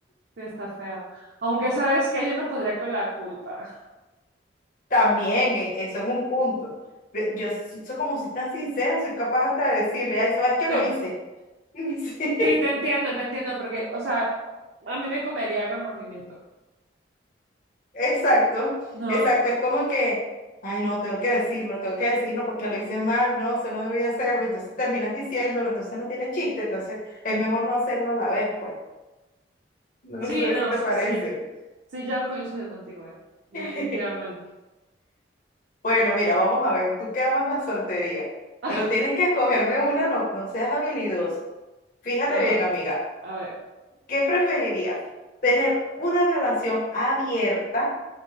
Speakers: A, on the right (about 60°); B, on the left (about 45°).
A: Sí, está feo. Aunque sabes que yo no podría con la culpa.
B: También, e- eso es un punto. Ve- Yo so- so- como soy tan sincera, soy capaz hasta de decirle, ay, ¿sabes qué
A: Sí,
B: lo hice? <laughs> Sí,
A: sí, te entiendo, te entiendo, porque, o sea, a mí me comería el remordimiento.
B: exacto,
A: No,
B: exacto. Es como que, ay, no, tengo que decirlo, tengo que decirlo porque lo hice mal, no, se no debía hacerlo. Entonces terminas diciéndolo, entonces no tiene chiste, entonces es mejor no hacerlo a la vez, pues. No
A: sí,
B: sé
A: no,
B: si
A: sí,
B: te parece.
A: sí. Sí, yo coincido contigo, eh, definitivamente.
B: <laughs> Bueno, mira, vamos a ver, tú que amas la soltería,
A: <laughs>
B: pero tienes que escogerme una, no, no seas habilidosa. Fíjate
A: Ah,
B: bien, amiga.
A: a ver.
B: ¿Qué preferirías? ¿Tener una relación abierta